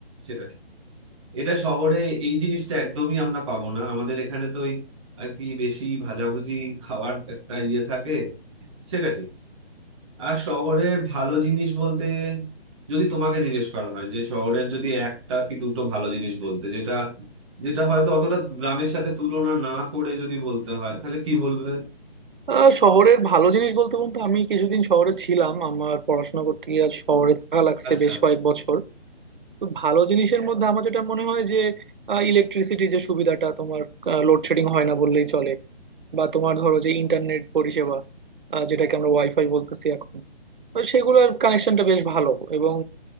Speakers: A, on the right (about 30°); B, on the right (about 50°).
A: সেটা ঠিক এটা শহরে এই জিনিসটা একদমই আমরা পাবো না আমাদের এখানে তো ওই আর কি বেশি ভাজাভুজি খাওয়ার একটা ইয়ে থাকে সেটা ঠিক আর শহরের ভালো জিনিস বলতে যদি তোমাকে জিজ্ঞেস করা হয় যে শহরের যদি একটা কি দুটো ভালো জিনিস বলতে যেটা যেটা হয়তো অতটা গ্রামের সাথে তুলনা না করে যদি বলতে হয় তাহলে কি বলবে
B: আহ, শহরের ভালো জিনিস বলতে বলতে আমি কিছুদিন শহরে ছিলাম আমার পড়াশোনা করতে গিয়ে আর শহরে থাকা লাগছে
A: আচ্ছা
B: বেশ কয়েক বছর তো ভালো জিনিসের মধ্যে আমার যেটা মনে হয় যে ইলেকট্রিসিটি যে সুবিধাটা তোমার লোডশেডিং হয় না বললেই চলে বা তোমার ধরো যে ইন্টারনেট পরিষেবা আহ, যেটাকে আমরা ওয়াইফাই বলতেছি এখন তো সেগুলোর কানেকশনটা বেশ ভালো এবং